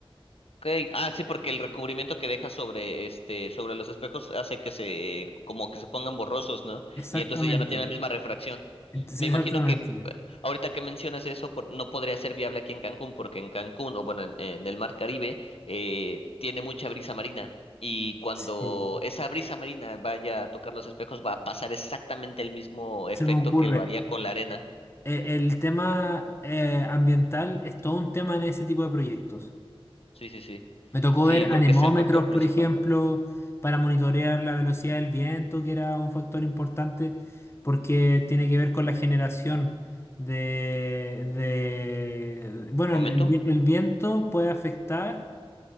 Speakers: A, on the left; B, on the left.
A: Okay. Ah, sí, porque el recubrimiento que deja sobre este, sobre los espejos hace que se, como que se pongan borrosos, ¿no?
B: Exactamente.
A: Y entonces ya no tiene la misma refracción.
B: Entonces,
A: Me imagino
B: exactamente.
A: que ahorita que mencionas eso, por- no podría ser viable aquí en Cancún, porque en Cancún, o bueno, en, en el mar Caribe, eh, tiene mucha brisa marina. Y cuando
B: Sí,
A: esa brisa marina vaya a tocar los espejos, va a pasar exactamente el mismo efecto
B: se me ocurre.
A: que lo haría con la arena.
B: Eh, el tema eh, ambiental es todo un tema en ese tipo de proyectos.
A: Sí, sí, sí.
B: Me tocó
A: Sí,
B: ver
A: porque
B: anemómetros,
A: es el factor principal.
B: por ejemplo, para monitorear la velocidad del viento, que era un factor importante porque tiene que ver con la generación de, de- bueno,
A: ¿Momentum?
B: el el vi- el viento puede afectar.